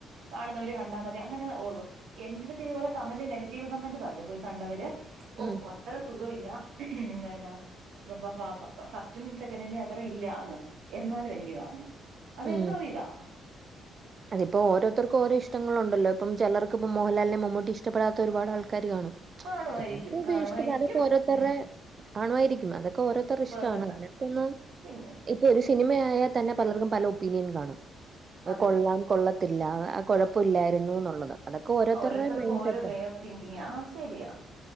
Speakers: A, on the right (about 80°); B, on the right (about 40°).
A: കാണുന്നവര് കണ്ടാ മതി അങ്ങനെ ഓർവ് എന്റ അടുത്ത് ഇതുപോലെ കമന്റ് നെഗറ്റീവ് കമന്റ് പറഞ്ഞു പോയി കണ്ടവര് ഔ
B: ഉം.
A: അത് അത്ര സുഖമില്ല പിന്നെ <unintelligible> ഫസ്റ്റും സെക്കന്റിന്റെ അത്ര ഇല്ലാന്ന് എന്നാലും എനിക്ക് കാണണം അതെന്തോ
B: ഉം.
A: ഇതാ
B: അതിപ്പോ ഓരോത്തർക്ക് ഓരോ ഇഷ്ടങ്ങളുണ്ടല്ലേ ഇപ്പം ചെലർക്ക് ഇപ്പം മോഹൻലാൽനേ മമ്മൂട്ടി ഇഷ്ടപ്പെടാ ത്ത ഒരുപാട് ആൾക്കാര് കാണും
A: കാണുമായിരിക്കും
B: ചെലോര്ക്ക് ത്
A: കാണുമായിരിക്കും
B: ഇഷ്ടമില്ല അതൊക്കെ ഓരോർത്തറേ
A: ഉം
B: കാണുവായിരിക്ക്യും അതൊക്കെ ഓരോരുത്തറേ ഇഷ്ടമാണ്
A: പേഴ്സണലാ
B: അങ്ങനത്തെ ഒന്നും
A: പിന്നെ
B: ഇപ്പ ഒരു സിനിമയായാ ത്തന്നെ പലർക്കും പല ഒപ്പീനിയൻ കാണും
A: അതെ
B: കൊള്ളാം കൊള്ളത്തില്ല അക് കൊഴപ്പ ഇല്ലാരുന്നു എന്നുള്ളത് അതൊക്കെ ഓരോരുത്തരുടെയും
A: ഓരോരുത്തർക്കും
B: മൈൻഡ്
A: ഓരോ
B: സെറ്റ്
A: വേ
B: ആണ്
A: ഓഫ് തിങ്കിങ് ആ ശരിയാ